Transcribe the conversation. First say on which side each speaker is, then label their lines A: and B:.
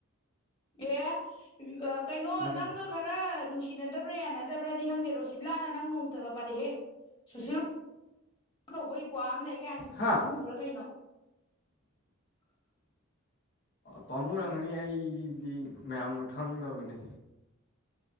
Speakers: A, on the left; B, on the left.
A: ꯑꯦ ꯀꯩꯅꯣ
B: ꯃꯥꯅꯦ
A: ꯅꯪꯒ ꯈꯔ ꯅꯨꯡꯁꯤꯅꯗꯕ꯭ꯔꯥ ꯌꯥꯅꯗꯕ꯭ꯔꯗꯤ ꯈꯪꯗꯦꯀꯣ ꯀꯤꯞꯂꯥꯅ ꯅꯪ ꯅꯣꯡꯇꯒ ꯄꯥꯅꯤꯍꯦ ꯁꯨꯁꯤꯨ <unintelligible> ꯇꯧꯕ ꯏꯄ꯭ ꯑꯃ ꯂꯩ ꯀꯥꯏꯅꯤ
B: ꯍꯥ
A: ꯃꯥꯝꯃꯨꯕ꯭ꯔꯥ ꯀꯩꯅꯣ <inaudible>
B: ꯄꯥꯝꯃꯨꯔꯝꯒꯅꯤ ꯑꯩꯗꯤ ꯃꯌꯥꯝꯅ ꯈꯪꯗꯕꯅꯤ